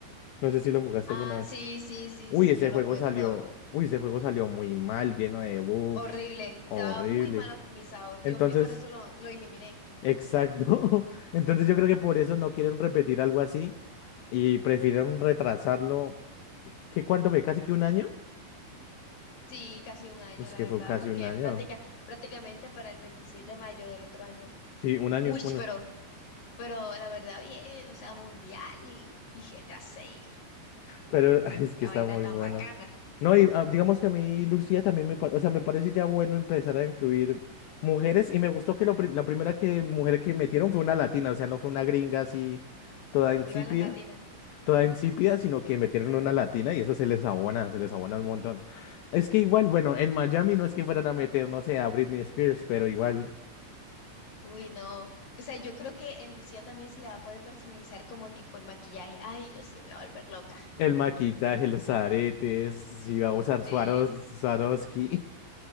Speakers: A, on the left; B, on the left.
A: No sé si lo jugaste
B: Ah,
A: alguna vez.
B: sí, sí, sí,
A: Uy,
B: sí,
A: ese
B: yo lo
A: juego
B: jugué,
A: salió,
B: pero
A: uy, ese juego salió muy mal, lleno de bugs,
B: horrible.
A: horrible.
B: Estaba muy mal optimizado. Yo,
A: Entonces,
B: yo por eso lo, lo eliminé.
A: exacto. <laughs> Entonces yo creo que por eso no quieren repetir algo así y prefirieron retrasarlo. ¿Qué cuánto fue? ¿Casi que un año?
B: Sí, casi un año,
A: Pues
B: la
A: que
B: verdad,
A: fue casi
B: porque
A: un año.
B: práctica, prácticamente para el 26 de mayo del otro año.
A: Sí, un año,
B: Uy,
A: un
B: pero
A: año.
B: Pero la verdad, bien, o sea, mundial y, y GTA 6,
A: Pero ay, es que
B: la
A: está
B: vaina
A: muy
B: tan
A: bueno.
B: bacana.
A: No, y ah, digamos que a mí Lucía también me parece, o sea, me parece ya bueno empezar a incluir mujeres y me gustó que lo pri- la primera que, mujer que metieron fue una latina, o sea, no fue una gringa así toda insípida,
B: Vivan las latinas.
A: toda insípida, sino que metieron una latina y eso se les abona, se les abona un montón. Es que igual, bueno, en Miami no es que fueran a meter, no sé, a Britney Spears, pero igual
B: Uy, no. O sea, yo creo que en Lucía también se le va a poder personalizar como tipo el maquillaje. Ay, yo sí me voy a volver loca.
A: el maquillaje, los aretes, si va a usar Swaros-
B: Sí,
A: Swarovski